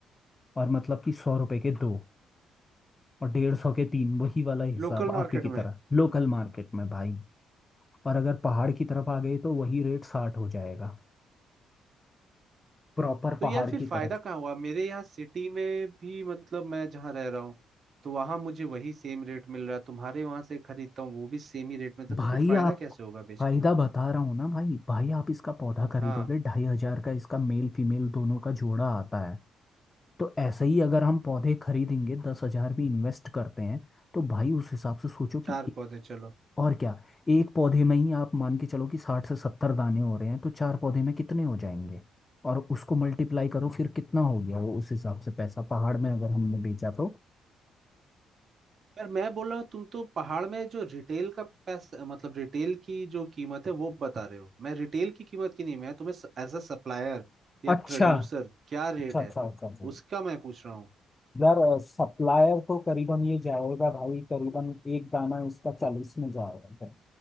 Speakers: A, on the left; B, on the right.
A: और मतलब कि सौ रुपए के दो और डेढ़ सौ के तीन वही वाला हिसाब
B: लोकल
A: आप
B: मार्केट
A: ही की
B: में
A: तरह लोकल मार्केट में भाई और अगर पहाड़ की तरफ आ गए तो वही रेट साठ हो जाएगा प्रॉपर
B: तो
A: पहाड़
B: यार फिर
A: की
B: फायदा
A: तरफ
B: कहाँ हुआ मेरे यहाँ सिटी में भी मतलब मैं जहाँ रह रहा हूँ तो वहां मुझे वही सेम रेट मिल रहा है तुम्हारे वहां से खरीदता हूँ वो भी सेम ही रेट में था तो
A: भाई
B: फिर फायदा
A: आप
B: कैसे होगा बेच
A: फायदा
B: के हमें
A: बता रहा हूँ ना भाई भाई आप इसका पौधा खरीदोगे
B: हाँ
A: ढाई हजार का इसका मेल फीमेल दोनों का जोड़ा आता है तो ऐसे ही अगर हम पौधे खरीदेंगे दस हजार भी इन्वेस्ट करते हैं तो भाई उस हिसाब से सोचो कि
B: चार
A: ए-
B: पौधे चलो
A: और क्या एक पौधे में ही आप मान के चलो कि साठ से सत्तर दाने हो रहे हैं तो चार पौधे में कितने हो जाएंगे और उसको मल्टीप्लाई करो फिर कितना हो गया वो उस हिसाब से पैसा पहाड़ में अगर हमने बेचा तो
B: पर मैं बोल रहा हूँ तुम तो पहाड़ में जो रिटेल का पैसा मतलब रिटेल की जो कीमत है वो बता रहे हो मैं रिटेल की कीमत की नहीं मैं तुम्हें एज अ सप्लायर या
A: अच्छा
B: प्रोड्यूसर
A: अच्छा
B: क्या रेट है
A: अच्छा अच्छा अच्छा
B: उसका मैं पूछ रहा हूँ
A: यार सप्लायर तो करीबन ये जाएगा भाई करीबन एक दाना इसका चालीस में जाएगा